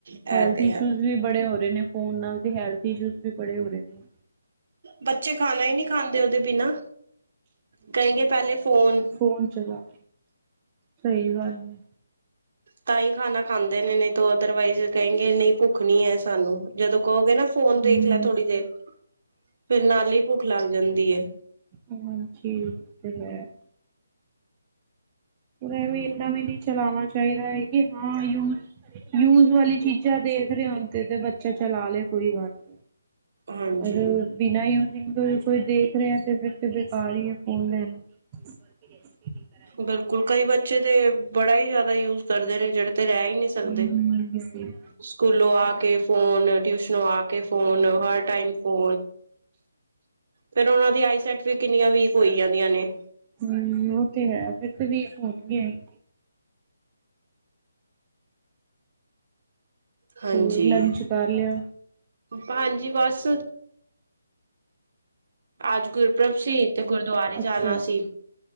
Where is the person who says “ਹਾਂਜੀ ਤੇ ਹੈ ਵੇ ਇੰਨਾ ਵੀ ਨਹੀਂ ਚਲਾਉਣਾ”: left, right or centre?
Right